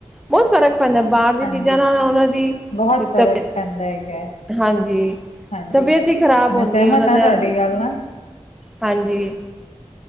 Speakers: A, in the centre; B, on the left.
A: ਬਹੁਤ ਫਰਕਪੈਂਦਾ ਬਾਹਰ ਦੀਆਂ
B: ਹਾਂਜੀ
A: ਚੀਜਾ ਨਾਲ ਉਹਨਾਂ ਦੀ
B: ਬਹੁਤ
A: ਦਿੱਕਤਏ
B: ਫ਼ਰਕ ਪੈਂਦਾ ਹੈਗਾ
A: <inaudible>
B: ਹੈ
A: ਹਾਂਜੀ
B: ਹਾਂਜੀ
A: ਤਬੀਅਤ ਹੀ ਖਰਾਬ ਹੁੰਦੀ
B: ਮੈਂ ਸਹਿਮਤ
A: ਹੈ ਉਹਨਾ
B: ਹਾਂ
A: ਦਾ
B: ਤੁਹਾਡੀ ਗੱਲ ਨਾਲ
A: ਹਾਂਜੀ